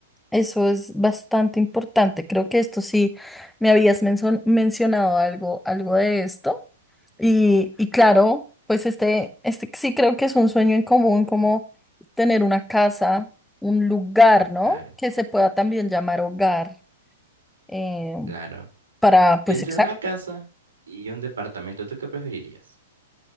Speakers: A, in the centre; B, on the right.
A: eso es bastante importante. Creo que esto sí me habías menso- mencionado algo, algo de esto. Y, y claro, pues este, este sí creo que es un sueño en común, como tener una casa, un lugar, ¿no?
B: Claro,
A: Que se pueda también llamar hogar. em,
B: claro.
A: para, pues,
B: Y entre
A: exacto,
B: una casa y un departamento, ¿tú qué preferirías?